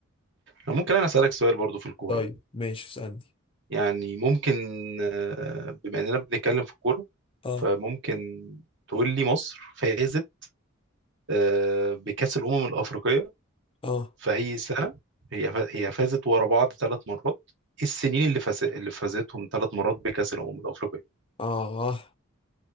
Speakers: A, on the right; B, on the left.
A: ممكن انا اسألك سؤال برضو في الكورة
B: طيب ماشي اسألني
A: يعني ممكن آه، بما اننا بنتكلم في الكورة
B: أه
A: فممكن تقول لي مصر فازت آه، بكأس الأمم الأفريقية
B: أه
A: في أي سنة هي فا- هي فازت ورا بعض ثلاث مرات إيه السنين اللي فاز اللي فازتهم ثلاث مرات بكأس الأمم الأفريقية
B: أه آه.